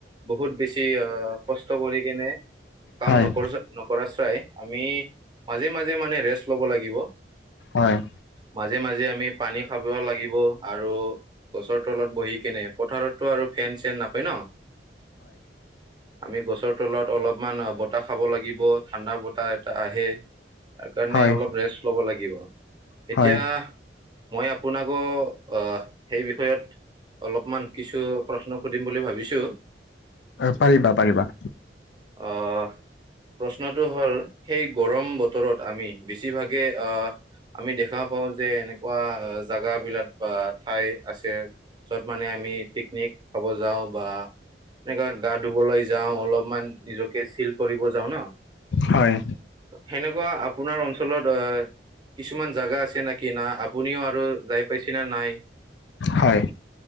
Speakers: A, on the right; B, on the left.
A: বহুত বেছি অ কষ্ট কৰি কেনে কাম
B: হয়
A: নকৰ নকৰা আমি মাজে মাজে মানে ৰেষ্ট ল'ব লাগিব
B: হয়
A: মাজে মাজে আমি পানী খাব লাগিব আৰু গছৰ তলত বহি কেনে পথাৰতো আৰু ফেন চেন নাপায় ন আমি গছৰ তলত অলপমান বতাহ খাব লাগিব ঠাণ্ডা বতাহ এটা আহে তাৰ কাৰণে
B: হয়
A: অলপ ৰেষ্ট ল'ব লাগিব
B: হয়
A: এতিয়া মই আপোনাকো অ সেই বিষয়ত অলপমান কিছু প্ৰশ্ন সুধিম বুলি ভাবিছো
B: অহ পাৰিবা পাৰিবা
A: আহ প্ৰশ্নটো হল সেই গৰম বতৰত আমি বেছিভাগে আহ আমি দেখা পাও যে এনেকোৱা জাগা বিলাক বা ঠাই আছে যত মানে আমি পিকনিক খাব যাওঁ বা এনেকোৱা গা ধুবলৈ যাওঁ অলপমান নিজকে চিল কৰিব যাওঁ ন
B: হয়
A: সেনেকোৱা আপোনাৰ অঞ্চলত আহ কিছুমান জাগা আছে নেকি না আপুনিও আৰু যাই পাইছে না নাই
B: হয়